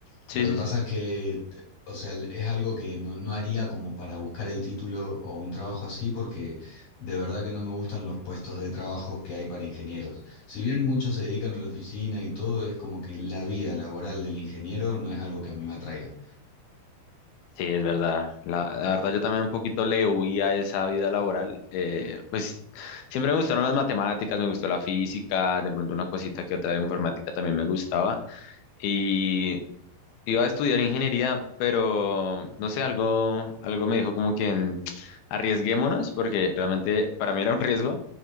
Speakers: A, on the left; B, on the left.
A: Sí,
B: Lo que
A: sí,
B: pasa
A: sí.
B: es que, o sea, es algo que no, no haría como para buscar el título o un trabajo así, porque de verdad que no me gustan los puestos de trabajo que hay para ingenieros. Si bien muchos se dedican a la oficina y todo, es como que la vida laboral del ingeniero no es algo que a mí me atraiga.
A: Sí, es verdad. La, la verdad, yo también un poquito le huía a esa vida laboral. Eh, pues siempre me gustaron las matemáticas, me gustó la física, de pronto una cosita que otra de informática también me gustaba. y Iba a estudiar ingeniería, pero no sé, algo, algo me dijo como que en- arriesguémonos, porque realmente para mí era un riesgo,